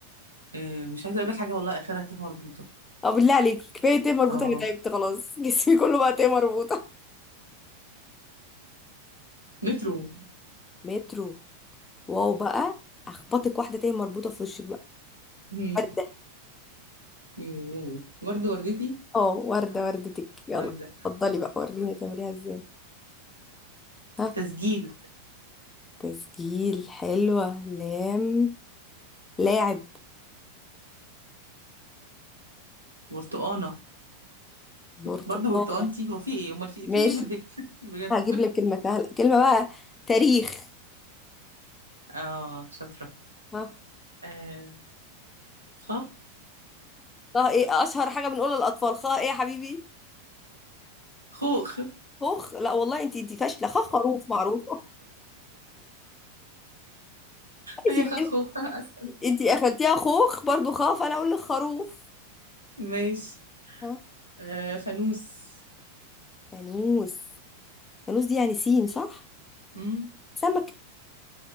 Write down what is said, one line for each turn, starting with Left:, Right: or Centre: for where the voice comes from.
Right: آه مش عايزه اقول لك حاجه والله اخرها ت مربوطه
Left: <laughs> اه بالله عليكي كفايه تيه مربوطه
Right: اه
Left: انا تعبت خلاص <laughs> جسمي كله بقى تيه مربوطه
Right: مترو
Left: مترو واو بقى اخبطك واحده تيه مربوطه في وشك بقى
Right: مم.
Left: ورده
Right: يوه. برضو وردتي
Left: اه ورده وردتك يلا
Right: ورده
Left: اتفضلي بقى وريني هتعمليها ازاي ها
Right: تسجيل
Left: تسجيل حلوه لام لاعب
Right: برتقانه
Left: برتقاله
Right: برضو برتقانتي هو في ايه امال في
Left: ماشي
Right: في ايه بالهي <laughs> بجد
Left: هجيب لك كلمه سهله كلمه بقى تاريخ
Right: اه شاطره
Left: ها
Right: آه خ
Left: خا ايه اشهر حاجه بنقولها للاطفال خا ايه يا حبيبي
Right: خوخ
Left: خوخ لا والله انت انت فاشله خا خروف معروفه <laughs> ماشي
Right: هي خ خوخ <laughs>
Left: انتي قفلتيها خوخ برضو خاف انا اقول لك خروف
Right: ماشي
Left: ها
Right: آه فانوس
Left: فانوس فانوس دي يعني سين صح
Right: امم
Left: سمكة